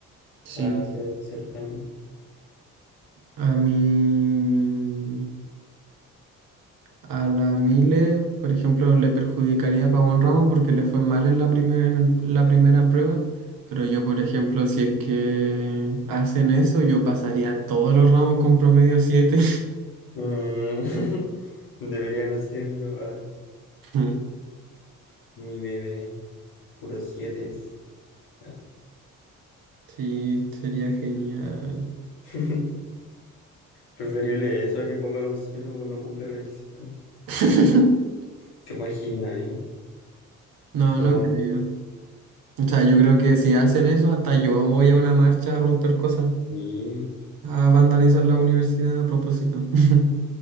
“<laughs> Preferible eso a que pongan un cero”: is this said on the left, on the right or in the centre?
Left